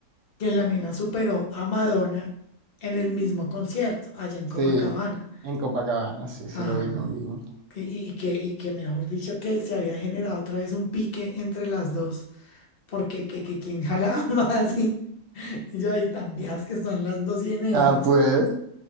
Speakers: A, on the left; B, on the right.
A: que la nena superó a Madonna en el mismo concierto, allá en
B: Sí,
A: Copacabana.
B: en Copacabana, sí, sí
A: Ajá.
B: lo vi también.
A: Y, y- y que, y que mejor dicho, que se había generado otra vez un pique entre las dos, porque que, que quién jalaba <laughs> más y, y yo ahí tan viejas que son las dos Inesas,
B: Ah, pues.